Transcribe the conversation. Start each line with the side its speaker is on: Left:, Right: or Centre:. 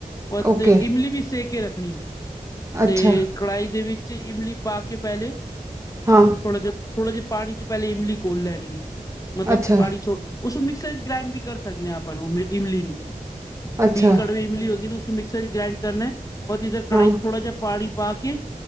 Left: ਉਹ
Right: ਓਕੇ
Left: ਤੇ ਇਮਲੀ ਵੀ ਸੇਕ ਕੇ ਰੱਖਣੀ
Right: ਅੱਛਾ
Left: ਤੇ ਕੜਾਹੀ ਦੇ ਵਿੱਚ ਇਮਲੀ ਪਾ ਕੇ ਪਹਿਲੇ
Right: ਹਾਂ
Left: ਥੋੜ੍ਹਾ ਜਿਹਾ ਥੋੜਾ ਜਿਹਾ ਪਾਣੀ ਚ ਪਹਿਲੇ ਇਮਲੀ ਘੋਲ ਲੈਣੀ, ਮਤਲਬ
Right: ਅੱਛਾ
Left: ਪਾਣੀ ਚ ਉਸ ਮਿਕਸਰ ਚ ਗ੍ਰੈਂਡ ਵੀ ਕਰ ਸਕਦੇ ਹਾਂ, ਆਪਾਂ ਓਹਨੂੰ ਇਮਲੀ ਨੂੰ
Right: ਅੱਛਾ
Left: ਵੀ, ਕੜਵੇ ਇਮਲੀ ਹੁੰਦੀ ਨਾ ਮਿਕਸਰ ਗ੍ਰਾਈਂਡ ਕਰਨਾ ਹੈ, ਬਹੁਤ ਇਧਰ ਕੜਾਈ
Right: ਹਾਂ
Left: ਥੋੜਾ ਜਿਹਾ ਪਾਣੀ ਪਾ ਕੇ